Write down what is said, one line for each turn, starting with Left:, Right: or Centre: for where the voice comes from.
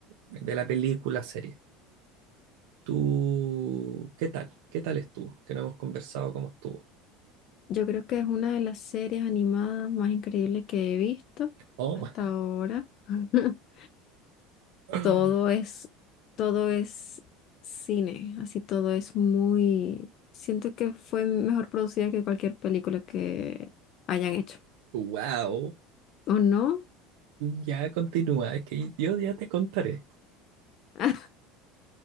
Right: de la película serie. ¿Tú qué tal? ¿Qué tal estuvo? Que no hemos conversado cómo estuvo.
Left: Yo creo que es una de las series animadas más increíbles que he visto
Right: Oh,
Left: hasta ahora. <laughs>
Right: <laughs>
Left: Todo es, todo es cine, así todo es muy... Siento que fue mejor producida que cualquier película que hayan hecho.
Right: wow.
Left: ¿O no?
Right: Ya continúa, es que yo ya te contaré.
Left: <laughs>